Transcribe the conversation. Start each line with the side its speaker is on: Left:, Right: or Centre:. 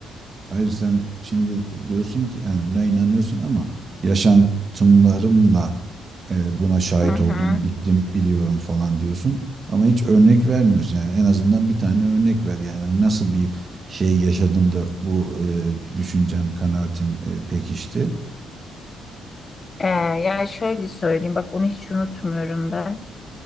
Right: Hayır sen şimdi diyorsun ki yani buna inanıyorsun ama yaşantımlarımla e, buna şahit
Left: Hı hı.
Right: oldum, bildim, biliyorum falan diyorsun ama hiç örnek vermiyorsun. Yani en azından bir tane örnek ver. Yani nasıl bir şey yaşadın da bu e, düşüncen, kanaatin e, pekişti?
Left: E, yani şöyle söyleyeyim bak onu hiç unutmuyorum ben.